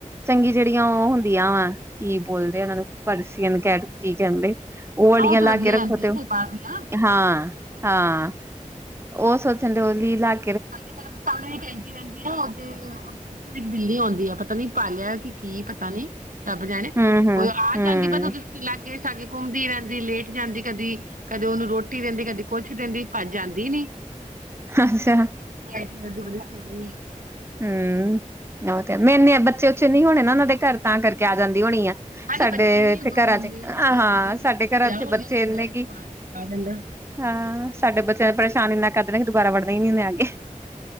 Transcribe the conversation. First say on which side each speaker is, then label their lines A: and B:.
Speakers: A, on the right (about 20°); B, on the right (about 75°).
A: ਚੰਗੀ ਜਿਹੜੀਆਂ ਉਹ ਹੁੰਦੀਆਂ ਵਾਂ ਕੀ ਬੋਲਦੇ ਉਹਨਾਂ ਨੂੰ, ਪਰਸ਼ੀਅਨ ਕੈਟਸ ਕੀ ਕਹਿੰਦੇ। ਉਹ ਵਾਲੀਆਂ
B: ਹਾਂ ਤੇ
A: ਲਾ
B: ਵਧੀਆ
A: ਕੇ ਰੱਖੋ,
B: ਰਹਿੰਦੀਆਂ
A: ਤੇ
B: ਫਿਰ ਬਾਹਰ ਦੀਆਂ
A: ਹਾਂ- ਹਾਂ ਉਹ ਸੋਚਣ ਡੋਲੀ ਲੱਗ
B: ਪਹਿਲੇ ਕ ਤਾਂ ਸਾਨੂੰ ਈ ਕਹਿੰਦੀ ਰਹਿੰਦੀ ਆ ਨਾ ਉਹ ਉਰੇ ਇੱਕ ਬਿੱਲੀ ਆਉਂਦੀ ਆ, ਪਤਾ ਨੀ ਪਾਲਿਆ ਕਿ ਕੀ ਪਤਾ ਨੀ ਰੱਬ ਜਾਣੇ
A: ਹੂੰ ਹੂੰ
B: ਉਹ ਆ
A: ਹੂੰ
B: ਜਾਂਦੀ, ਬਸ ਉਹ ਲਾਗੇ ਸਾਗੇ ਘੁੰਮਦੀ ਰਹਿੰਦੀ, ਲੇਟ ਜਾਂਦੀ ਕਦੀ। ਕਦੇ ਉਹਨੂੰ ਰੋਟੀ ਦਿੰਦੀ, ਕਦੇ ਕੁੱਛ ਦਿੰਦੀ ਭੱਜ ਜਾਂਦੀ ਨੀ।
A: ਅੱਛਿਆ
B: ਤੇ ਐਦੂ ਵੱਧ ਬੜੀ ਸੋਹਣੀ ਏ।
A: ਹੂੰ ਉਹ ਤੇ ਐ, ਮੇਨੇ ਬੱਚੇ ਬੁੱਚੇ ਨੀ ਹੋਣੇ ਉਹਨਾਂ ਦੇ ਘਰ, ਤਾਂ ਕਰਕੇ ਆ ਜਾਂਦੀ ਹੋਣੀ ਐ।
B: ਹਾਂਜੀ
A: ਸਾਡੇ
B: ਬੱਚੇ ਨੇ
A: ਇੱਥੇ
B: ਦੋ
A: ਘਰਾਂ
B: ਮੁੰਡੇ
A: ਚ ਹ
B: ਇੱਕ
A: ਹਾਂ,
B: ਕੁੜੀ ਦਾ
A: ਸਾਡੇ ਘਰਾਂ
B: ਵਿਆਹ
A: ਚ
B: ਹੋ
A: ਬੱਚੇ
B: ਗਿਆ ਮੁੰਡਾ
A: ਇਨੇ
B: ਇੱਕ
A: ਕੀ
B: ਬਾਹਰ ਆ ਜਾਂਦਾ
A: ਹਾਂ। ਸਾਡੇ ਬੱਚਿਆਂ ਨੂੰ, ਪਰੇਸ਼ਾਨ ਇੰਨਾ ਕਰਦੇ ਨੇ, ਕਿ ਦੁਬਾਰਾ ਵੜਦਾ, ਹੀ ਨਹੀਂ, ਉਹਨੇ ਆ ਕੇ।